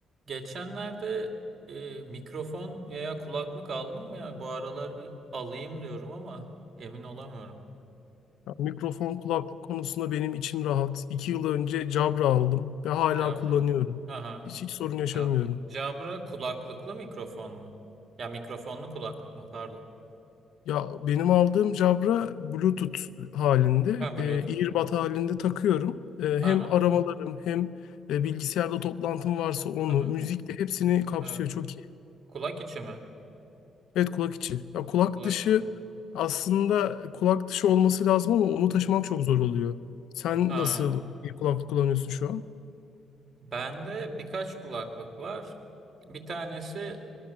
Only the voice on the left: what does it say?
Ya, Mikrofon kulaklık konusunda benim içim rahat. İki yıl önce Jabra
aldım ve hala
kullanıyorum.
Hiç hiç sorun yaşamıyorum.
Ya benim aldığım Jabra Bluetooth halinde,
e, earbud halinde takıyorum. E, hem
aramalarım hem e, bilgisayarda toplantım varsa onu,
müzikle hepsini kapsıyor.
Çok iyi.
Evet kulak içi. Ya kulak
dışı
aslında kulak dışı olması lazım ama onu taşımak çok zor oluyor. Sen
nasıl bir kulaklık kullanıyorsun şu an?